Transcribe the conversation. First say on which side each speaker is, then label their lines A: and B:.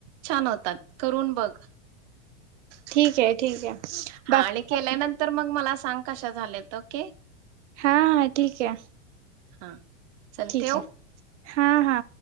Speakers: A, on the right (about 35°); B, on the right (about 80°).
A: छान होतात करून बग
B: ठीक आहे ठीक आहे
A: हा
B: बाकी
A: आणि केल्यानंतर मग मग मला सांग कशा झाल्यात? ओके
B: हा हा ठीक आहे
A: हा चल
B: ठीक
A: ठेवू
B: आहे. हा हा